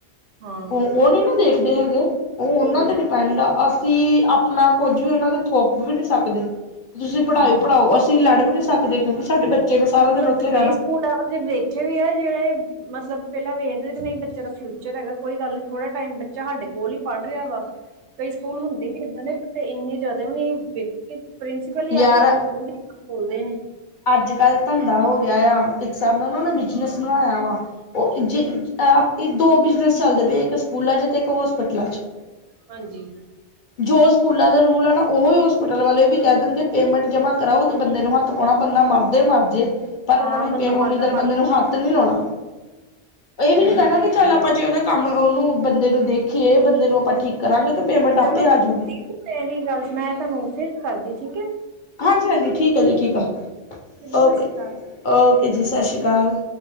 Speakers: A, on the right; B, on the left.
A: ਹਾਂ
B: ਉਹ ਉਹ ਨਹੀਂ ਨਾ ਦੇਖਦੇ ਹੈਗੇ ਉਹ ਉਹਨਾਂ
A: ਇਹ ਵੀ
B: ਤੇ
A: ਹੈ।
B: ਡੀ ਪੈਂਡ ਆ। ਅਸੀਂ ਆਪਣਾ ਕੁੱਝ ਵੀ ਉਹਨਾਂ ਤੋਂ ਥੋਪ ਵੀ ਨਹੀਂ ਸਕਦੇ ਤੁਸੀਂ ਪੜ੍ਹਓ
A: ਹਾਂ
B: ਪੜਾਓ ਅਸੀਂ ਸੀ ਲੜ ਵੀ ਨਹੀਂ ਸਕਦੇ ਕਿਉਂਕਿ ਸਾਡੇ ਬੱਚੇ ਨੇ ਸਾਰਾ ਦਿਨ
A: ਤੁਹਾਡੇ
B: ਉੱਥੇ
A: ਕਈ
B: ਰਹਿਣਾ
A: ਸਕੂਲ ਆ ਉਹ ਜੇ ਦੇਖੇ ਵੀ ਆ ਜਿਹੜਾ ਮਤਲਬ ਪਹਿਲਾਂ ਵੇਖਦੇ ਕਿ ਨਹੀਂ ਬੱਚੇ ਦਾ ਫਿਊਚਰ ਹੈਗਾ। ਕੋਈ ਗੱਲ ਨਹੀਂ ਥੋੜਾ ਟਾਈਮ ਬੱਚਾ ਹਾਡੇ ਕੋਲ ਹੀ ਪੜ੍ਹ ਰਿਹਾ ਵਾ। ਕਈ ਸਕੂਲ ਹੁੰਦੇ ਵੀ ਏਦਾਂ ਦੇ ਬਟ ਇੰਨੇ ਜ਼ਿਆਦਾ ਵੀ ਨੀ ਵੇਖੇ। ਕਿ ਪ੍ਰਿੰਸੀਪਲ ਹੀ
B: ਯਾਰ
A: ਅੱਜ, ਕੱਲ ਦੇ <inaudible> ਹੀ ਬੋਲਦੇ ਨੇ
B: ਅੱਜ ਕੱਲ੍ਹ ਧੰਦਾ ਹੋ ਗਿਆ। ਆ ਇੱਕ ਹਿਸਾਬ ਨਾਲ ਉਹਨਾਂ ਨੇ ਬਿਜਨਸ
A: ਹਾਂ
B: ਬਣਾਇਆ ਵਾ। ਓ ਜੇ ਆ ਦੋ ਬਿਜਨਸ ਚਲਦੇ ਪਏ। ਇਕ ਸਕੂਲਾ 'ਚ ਤੇ, ਇਕ ਹੋਸਪਿਟਲਾਂ ਚ।
A: ਹਾਂਜੀ।
B: ਜੋ ਸਕੂਲਾਂ ਦਾ ਰੂਲ ਐ ਨਾ, ਓਹੋ ਹੋਸਪਿਟਲ ਵਾਲੇ ਵੀ ਕੇਹ ਦੇਨਗੇ, ਪੇਮੈਂਟ ਜਮਾਂ ਕਰਾਓ ਤੇ ਬੰਦੇ ਨੂੰ ਹੱਥ ਭੋਣਾ ਬੰਦਾ ਮਰਦੇ ਮਰਜੇ, ਪਰ
A: ਹਾਂ
B: ਓਨਾ ਨੇ
A: ਬੰਦਾ
B: ਉਨੀ
A: ਮਰਦਾ
B: ਦੇਰ
A: ਮਰ
B: ਬੰਦੇ ਨੂੰ ਹੱਥ ਨੀ ਲੋਣਾ। ਏ ਵੀ
A: ਨਹੀਂ
B: ਨੀ ਕੈਣਾ
A: ਹੈਗਾ
B: ਕਿ
A: ਫਿਰ।
B: ਚੱਲ ਅਪਾਂ ਜੇ ਓਜਾ ਕੰਮ ਓਨੂੰ, ਬੰਦੇ ਨੂੰ ਦੇਖੀਏ, ਬੰਦੇ ਨੂੰ ਆਪਾਂ ਠੀਕ ਕਰਾਂਗੇ ਤੇ ਪੇਮੈਂਟ ਆਪੇ
A: ਚਲੋ
B: ਆਜੂਗੀ
A: ਦੀਪ ਤੇਰੀ ਗ <inaudible> ਮੈਂ ਤੂਆਨੂੰ ਫਿਰ ਕਰਦੀ, ਠੀਕ ਐ?
B: ਹਾਂਜੀ, ਹਾਂਜੀ ਠੀਕ ਆ ਜੀ, ਠੀਕ ਆ
A: ਜੀ ਸਤਿ
B: ਓਕੇ,
A: ਸ਼੍ਰੀ ਅਕਾਲ
B: ਓਕੇ ਜੀ, ਸਸ਼੍ਰੀ ਕਾਲ।